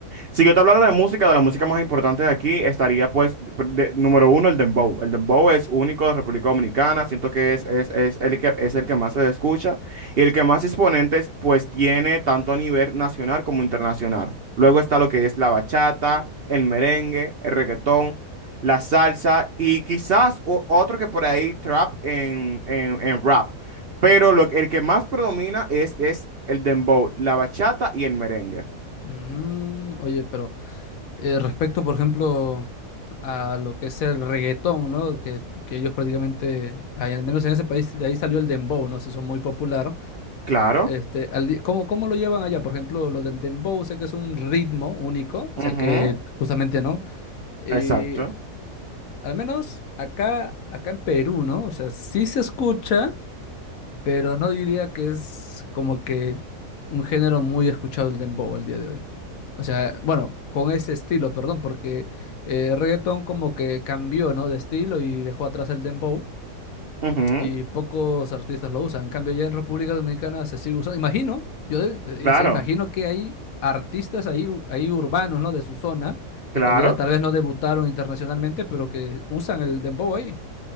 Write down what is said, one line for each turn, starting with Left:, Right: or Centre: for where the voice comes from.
Right: Si yo te hablara de música, de la música más importante de aquí, estaría pues, de- de- número uno, el dembow. El dembow es único de República Dominicana, siento que es, es, es el que, es el que más se escucha y el que más exponentes pues tiene tanto a nivel nacional como internacional. Luego está lo que es la bachata, el merengue, el reggaetón, la salsa y quizás o- otro que por ahí, trap en, en, en rap. Pero lo, el que más predomina es, es el dembow, la bachata y el merengue.
Left: Mm, oye, pero eh, respecto, por ejemplo, a lo que es el reggaetón, ¿no? Que, que ellos prácticamente, ay, al menos en ese país, de ahí salió el dembow, ¿no? Se hizo muy popular.
Right: Claro.
Left: Este, al di- ¿cómo, cómo lo llevan allá? Por ejemplo, lo del dembow, sé que es un ritmo único, o
Right: Ujú.
Left: sea que justamente no. Eh,
Right: Exacto.
Left: al menos acá, acá en Perú, ¿no? O sea, sí se escucha, pero no diría que es como que un género muy escuchado el dembow al día de hoy. O sea, bueno, con ese estilo, perdón, porque eh, reggaetón como que cambió, ¿no? De estilo y dejó atrás el dembow
Right: Ujú,
Left: y pocos artistas lo usan. En cambio, ya en República Dominicana se sigue usando. Imagino, yo de- eh,
Right: Claro,
Left: o sea, imagino que hay artistas ahí, u- ahí urbanos, ¿no? De su zona, que
Right: claro.
Left: todavía tal vez no debutaron internacionalmente, pero que usan el dembow ahí.